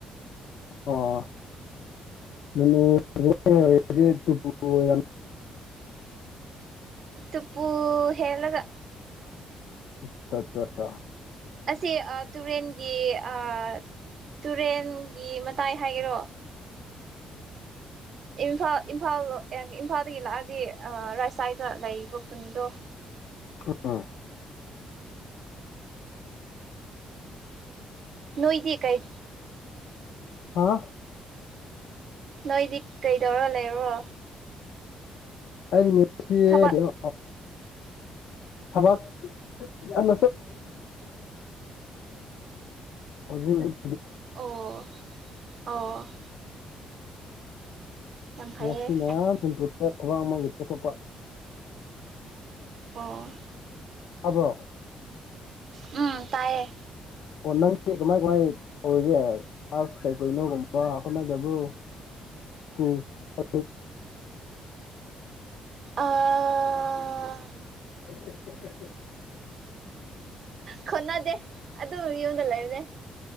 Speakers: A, on the left; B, on the right.
A: ꯑꯣ ꯅꫭꯅꯦ ꯌꯧꯗ꯭ꯔꯤꯉꯩ ꯑꫭꯏꯗꯤ ꯇꯨꯄꯨꯜ ꯑꯣ ꯌꯥꯝ
B: ꯇꯨꯄꯨ ꯍꯦꯜꯂꯒ
A: ꯑꯆꯥꯆꯥ ꯆꯥ꯫
B: ꯑꯁꯤ ꯑꯥ ꯇꯨꯔꯦꯟꯒꯤ ꯑꯥ ꯇꯨꯔꯦꯟꯒꯤ ꯃꯇꯥꯏ ꯍꯥꯏꯒꯦꯔꯣ ꯏꯝꯐꯥꯜ ꯏꯝꯐꯥꯜ ꯏꯝꯐꯥꯜꯗꯒꯤ ꯂꯥꯛꯑꯒꯦ ꯔꯥꯏꯁꯥꯏꯗ ꯂꯩꯕ ꯈꯨꯟꯗꯣ
A: ꯏꯟꯑꯣꯗꯤꯕꯜ
B: ꯅꯣꯏꯗꯤ ꯀꯩ꯫
A: ꯍꯥꯥ
B: ꯅꯣꯏꯗꯤ ꯀꯩꯗꯧꯔ ꯂꯩꯔꯣ
A: ꯑꯩ ꯉꯁꯤ
B: ꯊꯕꯛ
A: ꯀꯩꯅꯣ ꯊꯕꯛ ꯌꯥꯝ <unintelligible>
B: ꯑꯣ ꯑꯣ ꯌꯥꯝ ꯐꯩꯌꯦ
A: ꯉꯁꯤꯅ ꯁꯤꯝꯄ꯭ꯔꯨꯞꯇ ꯊꯕꯛ ꯑꯃꯒꯤ ꯆꯠꯊꯣꯛꯄ
B: ꯑꯣ꯫
A: ꯇꯥꯕ꯭ꯔꯣ꯫
B: ꯎꯝ ꯇꯥꯌꯦ꯫
A: ꯑꯣ ꯅꯪꯗꯤ ꯀꯃꯥꯏ ꯀꯃꯥꯏ ꯇꯧꯔꯤꯒꯦ꯫ ꯀ꯭ꯂꯥꯁ ꯀꯩꯀꯩꯅꯣꯒꯨꯝꯕ ꯍꯣꯠꯅꯖꯕꯨ ꯁꯀꯨꯜ ꯆ
B: ꯑꯥ
A: <unintelligible>
B: ꯈꯅꯥꯗꯦ ꯑꯗꯨ ꯌꯨꯝꯗ ꯂꯩꯕꯅꯦ